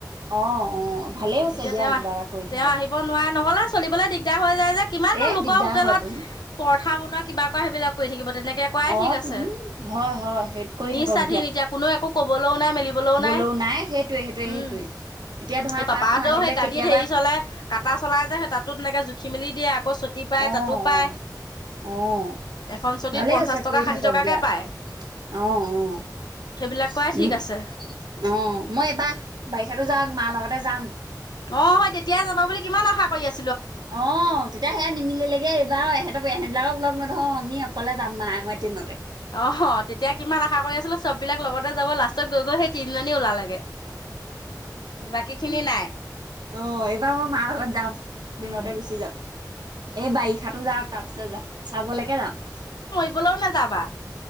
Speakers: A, on the right (about 75°); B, on the left (about 70°).
A: অ', অ', ভালেই হৈছে
B: এতিয়া
A: দিয়া
B: তেওঁ
A: কিবা। কৰি থাকক
B: তেওঁ আহিব নোৱাৰে নহলে চলিবলে দিগদাৰ হৈ যায় যে কিমান
A: এ
B: লোকৰ
A: দিগদাৰ
B: হোটেলত
A: হয় তোন
B: পৰঠা বনোৱা কিবা কৰা সেইবিলাক কৰি থাকিব। তেনেকে কোৱাই
A: অ
B: ঠিক আছে
A: তোন হয় হয় সেইটো কৰি
B: নিঃস্বাধীন
A: থাকক
B: এতিয়া কোনেও একো কবলৈও নাই মেলিবলৈও নাই।
A: লও নাই সেইটোয়ে-সেইটোয়ে-সেইটোয়ে,
B: উম
A: এতিয়া ধৰা
B: সেই পাপাহঁতেও
A: তাত সোমাই থাকিলে
B: সেই গাড়ীত
A: কেতিয়াবা
B: হেৰি চলাই কাটা চলাই যায় সে তাতো তেনেকে জুখি মেলি দিয়ে আকৌ ছটি পায়
A: অ
B: তাতো পায়।
A: অ অ',
B: এখন চুটিত
A: ভালে
B: পঞ্চাছ
A: হৈছে
B: টকা
A: কৰি
B: ষাঠি
A: থাকক
B: টকাকে
A: দিয়া অ',
B: পায়
A: অ', উম,
B: সেইবিলাক কৰাই ঠিক আছে
A: অ, মই এইবাৰ বাৰিষাতো যাওক মাৰ লগতে যাম।
B: অ', হয় তেতিয়াই যাবা বুলি কিমান আশা কৰি আছোঁ।
A: অ', তেতিয়া সেয়া নিমিলিলেগে, এইবাৰ ইহঁতৰ এহেতবিলাকক লগ নধৰোঁ আমি অকলে যাম মায়ে মই ট্ৰেইনতে
B: অ', তেতিয়া কিমান আশা কৰি আছিলোঁ চব বিলাক লগত যাব লাষ্টত গৈ গৈ সেই তিনি জনী ওলালেগে, বাকী খিনি
A: অ',
B: নাই
A: এইবাৰ মই মাৰ লগত যাম ট্ৰেইনতেই
B: উম
A: গুচি যাম। এই বাৰিষা যাওঁ তাৰপিছত যাম চাবলৈকে যাম।
B: কলৈও নাযাবা